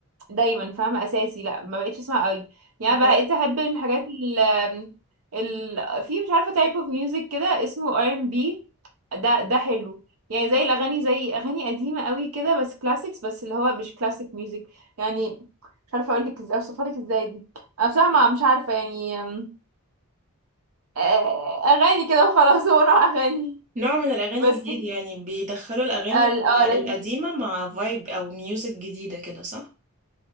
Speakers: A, on the right; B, on the right.
A: دايما فاهمه اساسي لا ما بقتش اسمع قوي يعني
B: ده
A: بقيت احب الحاجات ال ال في مش عارفه تايب اوف ميوزك كده اسمه ار ام بي ده ده حلو يعني زي الاغاني زي اغاني قديمه قوي كده بس كلاسيكس بس اللي هو مش كلاسيك ميوزك يعني مش عارفه اقول لك ازاي اوصفها لك ازاي دي انا بصراحه ما- مش عارفه يعني أم، آه، اغاني كده وخلاص <laughs> هو نوع اغاني
B: نوع من الاغاني
A: بس
B: جديد يعني بيدخلوا الاغاني
A: آه،
B: ال-
A: ال- اه لذيذ
B: القديمه مع فايب او ميوزك جديده كده صح